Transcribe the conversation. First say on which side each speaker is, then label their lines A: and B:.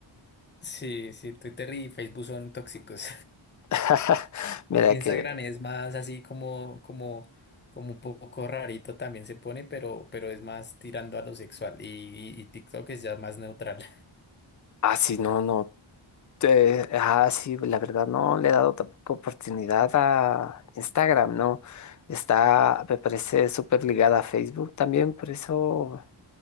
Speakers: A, on the left; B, on the left.
A: Sí, sí, Twitter y Facebook son tóxicos.
B: <laughs> Mira
A: Instagram
B: que,
A: es más así como, como, como un poco rarito también se pone, pero, pero es más tirando a lo sexual. Y, y- y TikTok es ya más neutral.
B: así no, no, eh, ah, sí, la verdad no le he dado tampoco oportunidad a Instagram, ¿no? Está, me parece súper ligada a Facebook también, por eso